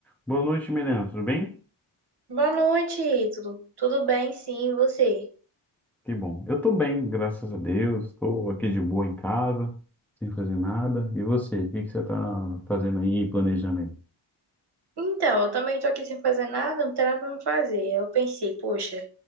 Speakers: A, in the centre; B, on the right (about 55°).
A: Boa noite, Milena. Tudo bem?
B: Boa noite, Ítalo. Tudo bem? Sim, e você?
A: Que bom. Eu tô bem, graças a Deus. Estou aqui de boa em casa, sem fazer nada. E você? O que que você tá fazendo aí, e planejando aí?
B: Então, eu também tô aqui sem fazer nada, não tem nada pra me fazer. Eu pensei, poxa,